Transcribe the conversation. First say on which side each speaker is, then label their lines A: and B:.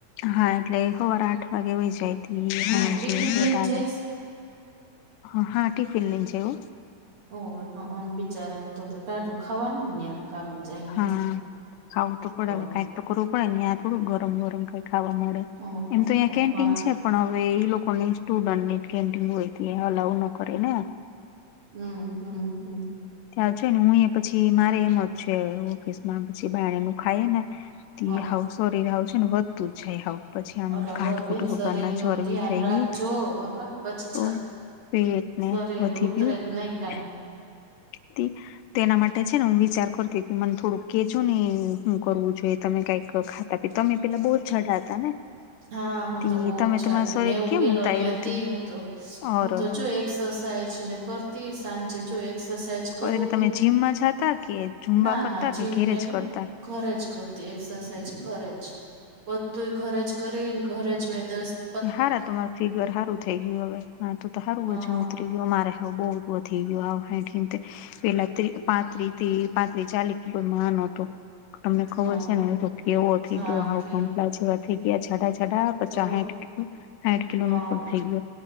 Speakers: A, on the left (about 85°); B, on the right (about 55°).
A: હા, એટલે હવારે આઠ વાગે વહી જાય
B: હા
A: હાંજે
B: ટિફિન
A: તી
B: લઈને જઈશ
A: <unintelligible> હ હા ટિફિન લઈને જાય હો,
B: ઓ <unintelligible> બિચારાને તો તો ટાઢું ખાવાનું ન્યા કામે, જાય ન્યા
A: હા
B: તો
A: ખાવું તો પડે
B: ઓહ
A: કઈક તો કરવું પડે ન્યા થોડું ગરમ ગરમ કઈ ખાવા મળે,
B: ઓહ
A: એમ
B: ઓહ
A: તો યા
B: ઓહ
A: કેન્ટીન
B: હા
A: છે. પણ હવે એ લોકો ની સ્ટુડન્ટની જ કેન્ટીન હોય, ત્યાં અલાવ ન કરે ને.
B: હમ્મ હમ્મ હમ્મ
A: ત્યાં છે ને હું એ પછી મારે એમ જ છે, ઓફિસ માં પછી બાણનું ખાયે ને તી
B: હ
A: હાવ શરીર હાવ વધતું જાય હાવ પછી આમ
B: અરર
A: ઘાટઘુટ
B: બેન
A: વગર
B: શરીર
A: ના ચરબી
B: નું ધ્યાન
A: થઈ
B: રાખજો
A: ગઈ
B: બાપા પછી
A: તો,
B: જ
A: પેટને
B: શરીર
A: વધી
B: ઉતરે
A: ગયું
B: જ નહી કાઈ
A: <unintelligible> તેના માટે છે ને હું વિચાર કરતી હતી મને થોડુંક કેજો ને હું કરવું જોઈએ, તમે કઈક તો ખાતા પીતા તમે પેલા બોહ જાડા હતા ને,
B: હા હું
A: તી
B: તો બોવજ
A: તમે
B: જાડું
A: તમારું શરીર
B: નેવું
A: કેમ
B: કિલ્લોની
A: ઉતાર્યું
B: હતી
A: તી
B: હું તો,
A: ઓર
B: હું તો
A: ઓર
B: જો એક એક્સરસાઇઝ ને કરતી સાંજે જો એક્સરસાઇઝ કરું
A: <unintelligible> તમે જીમમાં જાતા કે ઝુંબા
B: ના
A: કરતા
B: ના જીમ
A: કે ઘેરેજ
B: નહી હો
A: કરતા,
B: ઘરે જ કરતી એક્સરસાઇઝ ઘરે જ બધું ઘરે જ કરીન ઘરેજ મે દસ્ત
A: કે હારા તમારું ફિગર સારું થઈ ગયું હવે હા તો સારું
B: હા
A: વજન ઉતરી મારે હ બોહ વધી ગયુ હાવ હાહીઢ હિતેર પેલા તી પાત્રી તી પાંતરી ચાલીસ તો માડ હતું તમને ખબર
B: ઓહો
A: છે ને તો કેવો થઈ
B: હા
A: ગયો હાવ
B: કે
A: ભંપલા જેવા થઈ ગયા જાડા જાડા પચા
B: તો
A: હાઈઠ આઠ કિલો
B: હા
A: નો ઉપર થઈ ગયુ